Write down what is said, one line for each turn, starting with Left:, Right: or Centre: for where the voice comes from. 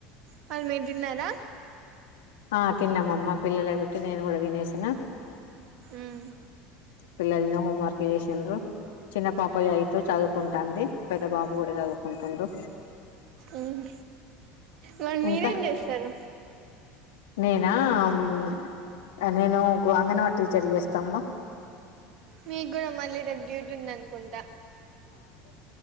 Right: కాదు మీరు తిన్నారా
Left: ఆ తిన్నామమ్మ పిల్లలకి బెట్టి నేను కూడా తినేసిన
Right: మ్మ్
Left: పిల్లల్ని హోం వర్క్ చేసిండ్రు చిన్న పాప ఎయితు చదువుకుంటాంది పెద్ద బాబు కూడా చదువుకుంటుడు
Right: ఉమ్ మరి మీరేం
Left: ఇంకా
Right: చేస్సరు
Left: నేనా అమ్ అ నేను అంగన్వాడి టీచర్ చేస్తమ్మా
Right: మీక్కూడా మళ్ళీ రేపు డ్యూటీ ఉంది అనుకుంటా,